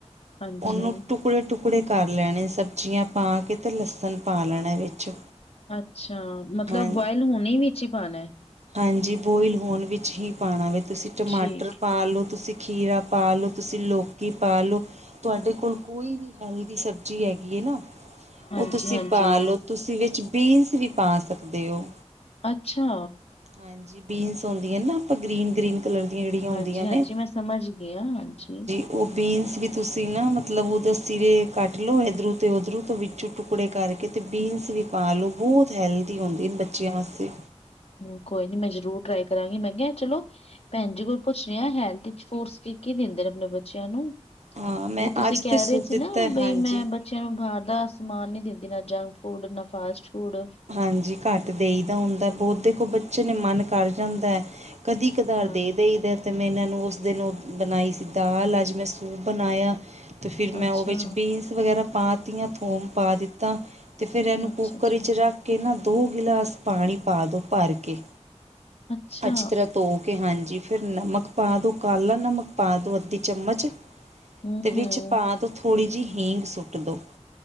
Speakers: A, on the left (about 55°); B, on the right (about 70°).
A: ਹਾਂਜੀ,
B: ਉਹਨੂੰ
A: ਹਾਂਜੀ,
B: ਟੁਕੜੇ ਟੁਕੜੇ ਕਰ ਲੈਣੇ। ਸਬਜ਼ੀਆਂ ਪਾ ਕੇ ਤੇ ਲਸਣ ਪਾ ਲੈਣਾ ਵਿੱਚ।
A: ਅੱਛਾ, ਮਤਲਬ
B: ਹਾਂ
A: ਬੁਆਇਲ ਹੁਣੇ ਵਿੱਚ ਹੀ ਪਾਣਾ।
B: ਹਾਂਜੀ, ਬੋਇਲ ਹੋਣ ਵਿੱਚ ਹੀ ਪਾਉਣਾ ਵੇ ਤੁਸੀਂ ਟਮਾਟਰ
A: ਠੀਕ ਐ,
B: ਆਲੂ, ਤੁਸੀਂ ਖੀਰਾ ਪਾ ਲਉ, ਤੁਸੀਂ ਲੌਕੀ ਪਾ ਲਓ। ਤੁਹਾਡੇ ਕੋਲ ਕੋਈ ਵੀ ਹੈਲਦੀ ਸਬਜ਼ੀ ਹੈਗੀ ਹੈ ਨਾ,
A: ਹਾਂਜੀ-ਹਾਂਜੀ,
B: ਉਹ ਤੁਸੀਂ ਪਾ ਲਓ ਤੁਸੀਂ ਵਿੱਚ ਬੀਨਸ ਵੀ ਪਾ ਸਕਦੇ ਹੋ।
A: ਅੱਛਾ।
B: ਹਾਂਜੀ, ਬੀਨਸ ਹੁੰਂਦੀਆਂ ਨਾ ਆਪਾਂ ਗ੍ਰੀਨ-ਗ੍ਰੀਨ ਕਲਰ ਦੀਆਂ ਜਿਹੜੀਆਂ ਹੁੰਦੀਆਂ
A: ਹਾਂਜੀ, ਹਾਂਜੀ
B: ਨੇ
A: ਮੈਂ ਸਮਝ ਗਈ ਹਾਂ, ਹਾਂਜੀ।
B: ਉਹ ਬੀਨਸ ਵੀ ਤੁਸੀਂ ਨਾ ਮਤਲਬ ਉਹਦੇ ਸਿਰੇ ਕੱਟ ਲਓ। ਇੱਧਰੋ ਤੇ ਉੱਧਰੋ ਤੋਂ ਵਿੱਚੋਂ ਟੁਕੜੇ ਕਰਕੇ ਅਤੇ ਬੀਨਸ ਵੀ ਪਾ ਲਓ, ਬਹੁਤ ਹੈਲਦੀ ਹੁੰਦੀ ਬੱਚਿਆਂ ਵਾਸਤੇ।
A: ਹੂ ਕੋਈ ਨੀ ਮੈਂ ਜਰੂਰ ਟਰਾਈ ਕਰਾਂਗੀ, ਮੈਂ ਕਿਹਾ ਚਲੋ ਭੈਣ ਜੀ, ਕੋਈ ਪੁੱਛਣੇ ਆ ਹੈਲਥ 'ਚ ਫਰੂਟਸ ਕੀ-ਕੀ ਦਿੰਦੇ ਨੇ ਆਪਣੇ ਬੱਚਿਆਂ ਨੂੰ ਕਿਉ,
B: ਹਾਂ ਮੈਂ
A: ਤੁਸੀਂ
B: ਅੱਜ
A: ਕਹਿ
B: ਤਾਂ ਸੂਪ
A: ਰਹੇ ਸੀ
B: ਦਿੱਤਾ
A: ਨਾ ਬਈ
B: ਹਾਂਜੀ
A: ਮੈਂ ਬ ਬੱਚਿਆਂ ਨੂੰ ਬਾਹਰ ਦਾ ਸਮਾਨ ਨੀ ਦਿੰਦੀ, ਨਾ ਜੰਕ ਫੂਡ, ਨਾ ਫਾਸਟ ਫੂਡ।
B: ਹਾਂਜੀ, ਘੱਟ ਦੇਈ ਦਾ ਹੁੰਦਾ ਬਹੁਤ ਦੇਖੋ ਬੱਚੇ ਨੇ ਮਨ ਕਰ ਜਾਂਦਾ ਹੈ, ਕਦੀ ਤੇ ਦਰ
A: ਹਾਂ।
B: ਦੇ ਦਈਦਾ। ਤੇ ਮੈਂ ਇਹਨਾਂ ਨੂੰ ਉਸ ਦਿਨ ਉਹ ਬਣਾਈ ਸੀ ਦਾਲ, ਅੱਜ ਮੈਂ ਸੂਪ ਬਣਾਇਆ। ਤੇ ਫਿਰ ਮੈਂ
A: ਅੱਛਾ,
B: ਉਹ ਵਿੱਚ ਬੀਨਸ ਵਗੈਰਾ ਪਾ ਤੀਆਂ ਥੋਮ ਪਾ ਦਿੱਤਾ। ਤੇ ਫਿਰ ਇਹਨੂੰ
A: ਅੱਛਾ
B: ਕੁੂੱਕਰ
A: ਜੀ,
B: ਵਿੱਚ ਰੱਖ ਕੇ ਨਾ, ਦੋ ਗਿਲਾਸ ਪਾਣੀ ਪਾ ਦਿਉ ਭਰ ਕੇ।
A: ਅੱਛਾ।
B: ਅੱਛੀ ਤਰ੍ਹਾਂ ਧੋ ਕੇ ਹਾਂਜੀ ਫਿਰ ਨਮਕ ਪਾ ਦੋ, ਕਾਲਾ ਨਮਕ ਪਾ ਦੋ ਅੱਧੀ ਚਮਚ।
A: ਹੂੰ-ਹੂੰ,
B: ਤੇ ਵਿੱਚ ਪਾ ਦੋ ਥੋੜ੍ਹੀ ਜਿਹੀ ਹੀਂਗ ਸੁੱਟ ਦਿਉ।